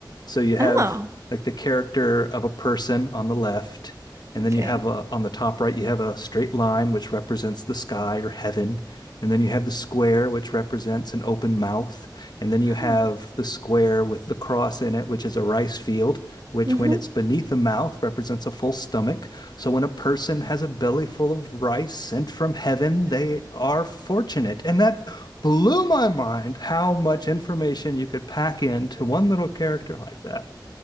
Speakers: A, on the left (about 65°); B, on the right (about 40°).
A: So you have
B: Oh,
A: like the character of a person on the left, and
B: okay.
A: then you have a, on the top right, you have a straight line which represents the sky or heaven. And then you have the square, which represents an open mouth. And then you
B: Huh.
A: have the square with the cross in it, which is a rice field, which,
B: Mhm.
A: when it's beneath the mouth, represents a full stomach. So, when a person has a belly full of rice sent from heaven, they are fortunate. And that blew my mind how much information you could pack into one little character like that.